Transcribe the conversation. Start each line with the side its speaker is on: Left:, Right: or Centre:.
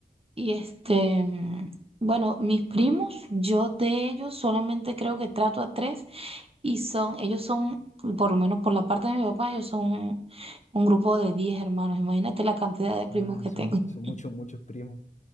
Right: y este, mm, bueno, mis primos, yo de ellos solamente creo que trato a tres. Y son, ellos son, por lo menos por la parte de mi papá, ellos son un grupo de 10 hermanos. Imagínate la cantidad de primos
Left: Ay,
Right: que
Left: son,
Right: tengo.
Left: son muchos,
Right: <laughs>
Left: muchos primos.